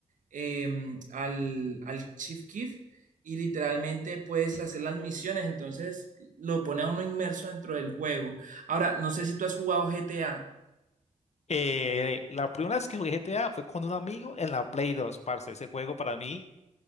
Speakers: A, on the right; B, on the left.
A: em, al, al Chief Keef y literalmente puedes hacer las misiones, entonces lo pone a uno inmerso dentro del juego. Ahora, no sé si tú has jugado G T A.
B: Eh, la primera vez que jugué GTA fue con un amigo en la Play dos parce. Ese juego para mí,